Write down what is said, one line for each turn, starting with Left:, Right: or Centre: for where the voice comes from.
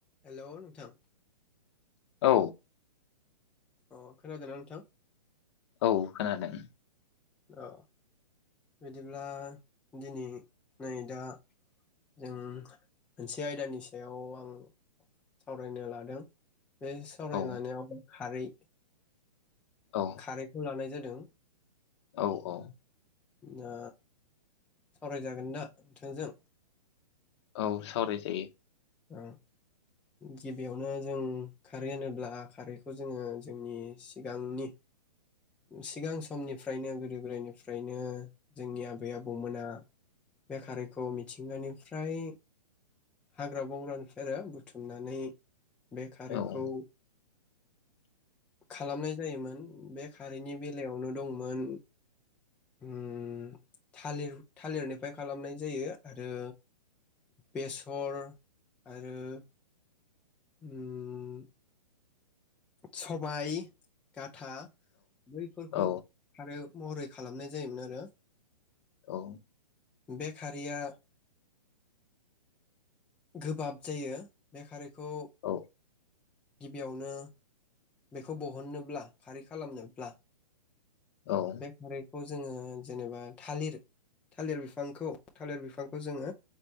Centre: Hello नोंथां
Left: औ।
Centre: अ खोनादोंना नोंथां?
Left: औ खोनादों।
Centre: अ बिदिब्ला दिनै नै दा जों मोनसे आयदानि सायाव आं सावरायनो लादों। बे सावरायनो
Left: औ
Centre: लानायाव खारै
Left: औ
Centre: खारैखौ लानाय जादों। दों।
Left: औ औ।
Centre: दा सावरायजागोन दा नोंथांजों?
Left: औ सावराय जायो।
Centre: ओ गिबियावनो जों खारै होनोब्ला खारैखौ जोङो जोंनि सिगांनि सिगां समनिफ्रायनो गोदो गोदायनिफ्रायनो जोंनि आबै आबौमोना बे खारैखौ मिथिंगानिफ्राय हाग्रा बंग्रानिफ्रायनो बुथुमनानै बे खारैखौ
Left: औ
Centre: खालामनाय जायोमोन बे खारैनि बेलायावनो दंमोन ओम थालिर थालिरनिफ्राय खालामनाय जायो आरो बेसर आरो ओम सबाय था बैफोरखौ
Left: औ
Centre: आरो महरै खालामनाय जायोमोन आरो
Left: औ।
Centre: बे खारैया गोबाब जायो बे खारैखौ
Left: औ
Centre: गिबियावनो बेखौ बहननोब्ला खारै खालामनोब्ला
Left: औ
Centre: बे खारै खौ जोङो जेनेबा थालिर थालिर बिफांखौ थालिर बिफांखौ जोङो